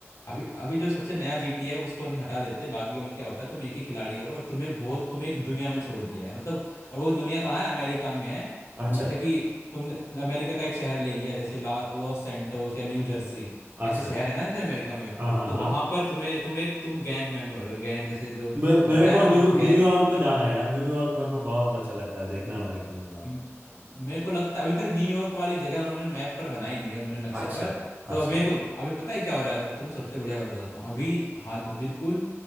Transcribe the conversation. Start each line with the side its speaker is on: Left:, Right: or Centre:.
Left: अभी अभी जो सबसे नया जीटीए है उसको नहीं हटा देते बाकियों में क्या होता है तुम एक ही खिलाड़ी हो और तुम्हें बहुत तुम्हें एक दुनिया में छोड़ दिया है मतलब और वो दुनिया कहाँ है अमेरिका में है
Right: अच्छा
Left: जैसे कि तुमने अमेरिका का एक शहर ले लिया जैसे ला लॉस सैंटोस या न्यू जर्सी ऐसे
Right: अच्छा
Left: शहर है ना जैसे अमेरिका में
Right: हाँ हाँ
Left: तो
Right: हाँ
Left: वहां पर तुम्हें तुम एक तुम गैंग मेंबर हो गैंग जैसे जो
Right: मेरे,
Left: होता
Right: मेरे
Left: है
Right: को
Left: ना वहां
Right: न्यू
Left: पे तो गैंग
Right: न्यूयॉर्क में जाना है यार न्यूयॉर्क मेरे को बहुत अच्छा लगता है देखना है मेरे को न्यूयॉर्क
Left: मेरे को लगता है अभी तक न्यूयॉर्क वाली जगह उन्होंने मैप पर बनाई नहीं है उन्होंने नक्शे
Right: अच्छा
Left: पर तो
Right: अच्छा
Left: अब मेरे को अभी पता है क्या हो रहा है अब तुम्हें सबसे बढ़िया बात बताता हूँ अभी हाल बिल्कुल